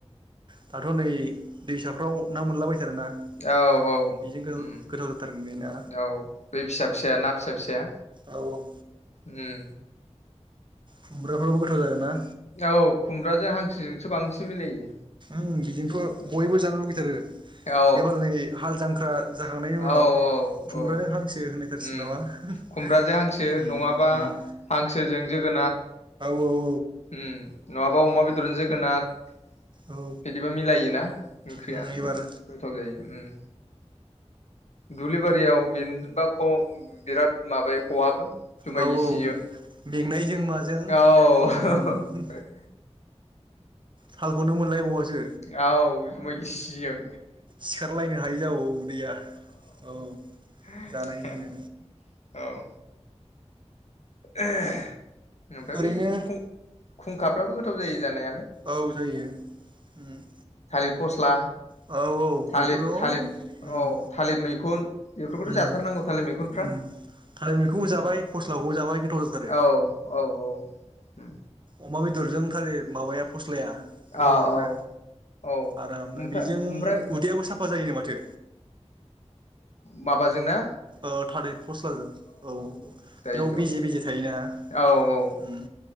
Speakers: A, on the right; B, on the left.
A: दाथ' नै दैसाफ्राव ना मोनलाबायथारो ना ।
B: औ औ
A: बेजों गो
B: उम
A: गोथाव जाथारगोन बे ना?
B: औ बै फिसा फिसाया ना फिसा फिसाया
A: औ औ ।
B: उम
A: खुमब्राफ्राबो गोथाव जागोन ना?
B: औ खुमब्राजों हांसोजोंसो बांसिन मिलायो।
A: उम बिजोंथ' बयबो जानो लुुबैथारो
B: औ
A: एबार नै हाल जांख्रा जाखांनायनि
B: औ
A: उनाव
B: औ
A: खुमब्राजों हांसो होनलायथारसिगोन
B: उम
A: नामा हाह
B: खुमब्राजों हांसो
A: उम
B: नङाबा
A: उम ।
B: हांसोजों जोगोनार
A: औ
B: उम नङाबा अमा बेदरजों जोगोनार । <inaudible>
A: औ
B: बिदिबा मिलायोना ओंख्रिया
A: उम एबार
B: गो-गोथाव जायो उम। दुब्लि बारियाव बेनोबा ख' बिराद माबायो ख'हाबो। जुमाय
A: औ औ
B: गिसिजों
A: मेंनायजों माजों उम
B: औ। <inaudible>
A: थालखौनो मोनलायबावासो।
B: औ जुमाय गिसिजों
A: सिखारलायनो हायि जबावो उदैैया औ <inaudible>
B: हो
A: जानायजोंनो
B: होह औ ओह ओमफ्राय
A: ओरैनो
B: बै खुं- खुंखाफ्राबो गोथाव जायो जानाया।
A: औ जायो उम।
B: थालिर फस्ला
A: औ औ
B: थालिर
A: बेखौथ' उम
B: थालिर औ थालिर मैखुन बेफोरखौथ'
A: उम
B: जाथारनांगौ थालिर मैखुन
A: उम थालिर मैखुनखौबो जाबाय फस्ला न'आव जाबाय गोथाव जाथारो
B: औ औ औ उम
A: अमा बेदरजों थालिर माबाया फस स्लाया गोथावथार
B: औ औ
A: ना
B: औ
A: आरामनो
B: ओमफ्राय
A: जों
B: ओमफ्राय
A: उदैयाबो साफा जायोन माथो।
B: माबाजोंना?
A: ओ थालिर फस्लाजों औ
B: जायोथ'
A: बेयाव बिजे बिजे थायोना
B: औ औ
A: उम